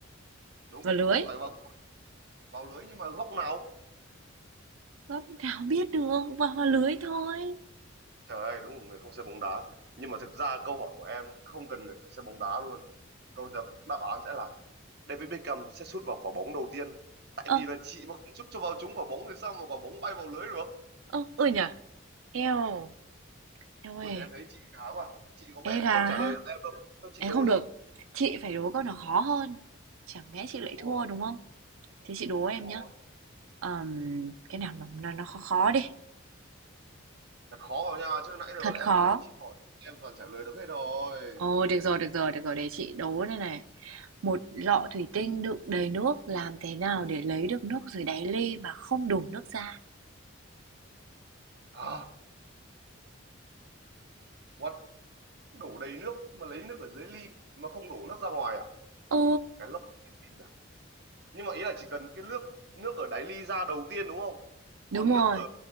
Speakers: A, on the right; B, on the right.
A: đúng
B: và lưới.
A: Thế phải vào vào lưới nhưng mà góc nào
B: Góc nào biết được, vào vào lưới thôi.
A: trời ơi đúng là người không xem bóng đá nhưng mà thực ra câu hỏi của em nó không cần người phải xem bóng đá luôn câu đáp, đáp án sẽ là David Beckham sẽ sút vào quả bóng đầu tiên tại
B: Ờ,
A: vì là chị mà không sút cho vào trúng quả bóng thì sao mà quả bóng bay vào lưới được
B: ờ, ừ nhỉ. Eo, eo ơi,
A: ôi em thấy chị khá quá chị có vẻ
B: ê gà
A: không trả
B: ha.
A: lời được em đâu Thôi chị
B: Ê,
A: đố
B: không được,
A: đi
B: chị phải đố câu nào khó hơn. Chẳng lẽ chị lại
A: đúng
B: thua
A: rồi
B: đúng không? Thế chị đố em
A: đúng rồi
B: nhá. Ờm, cái nào mà nó, nó khó khó đi,
A: thật khó vào nha chứ nãy giờ
B: thật
A: là em
B: khó.
A: thấy chị hỏi em toàn trả lời được hết rồi
B: Ồ, được rồi, được rồi, được rồi, để chị đố đây này. Một lọ thủy tinh đựng đầy nước, làm thế nào để lấy được nước dưới đáy ly mà không đổ nước ra?
A: à, what đổ đầy nước mà lấy nước ở dưới ly mà không đổ nước ra ngoài à
B: Ừ,
A: cái lốc thông tin à nhưng mà ý là chỉ cần cái nước nước ở đáy ly ra đầu tiên đúng không
B: đúng
A: còn
B: rồi,
A: nước ở